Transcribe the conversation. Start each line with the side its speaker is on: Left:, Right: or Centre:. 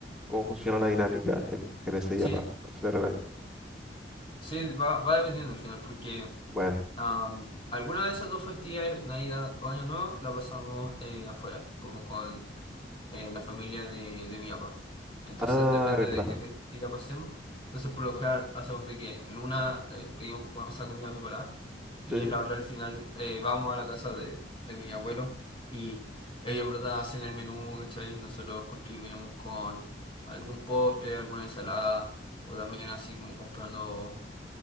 Centre: cómo funciona la dinámica en, en ese día
Left: Sí,
Centre: para celebrar el Año Nuevo.
Left: sí, va, va dependiendo al final, porque
Centre: Bueno.
Left: am, alguna de esas dos festividades, Navidad o Año Nuevo, la pasamos eh, afuera, como con eh, la familia de, de mi papá. Entonces
Centre: Ah,
Left: depende
Centre: verdad.
Left: de qué festiva pasemos. Entonces por lo general hacemos de que en una eh, pedimos con esa comida preparada
Centre: Sí,
Left: y en
Centre: sí.
Left: la otra al final eh, vamos a la casa de, de mi abuelo y ellos en verdad hacen el menú, ¿cachai? Nosotros contribuimos con algún postre, alguna ensalada o también así como comprando